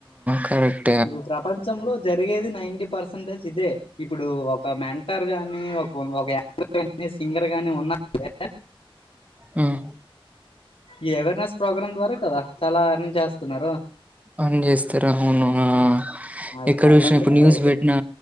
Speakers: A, on the right (about 15°); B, on the left (about 70°).
A: కరెక్ట్
B: ఇగా ప్రపంచంలో జరిగేది నైన్టీ పర్సెంటేజ్ ఇదే ఇప్పుడు ఒక మెంటర్ గాని ఒక సింగర్ గాని ఉన్నా స <unintelligible>
A: హ్మ్.
B: ఈ అవేర్నెస్ ప్రోగ్రాం ద్వారా కదా చాలా ఎర్న్ చేస్తున్నారు
A: ఆన్ చేస్తారు అవును ఆ
B: అది
A: ఎక్కడ
B: అలాంటిది
A: వసిన ఇప్పుడు న్యూస్
B: ఒకటి
A: పెట్టినా